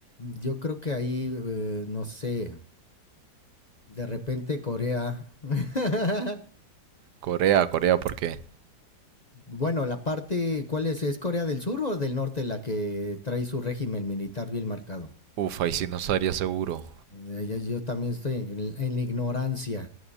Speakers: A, on the left; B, on the right.
A: yo creo que ahí, eh, no sé, de repente Corea. <laughs>
B: Corea, Corea, ¿por qué?
A: bueno, la parte, ¿cuál es? ¿Es Corea del Sur o del Norte la que trae su régimen militar bien marcado?
B: Uf, ahí sí no estaría seguro.
A: Eh, Yo, yo también estoy en, en la ignorancia.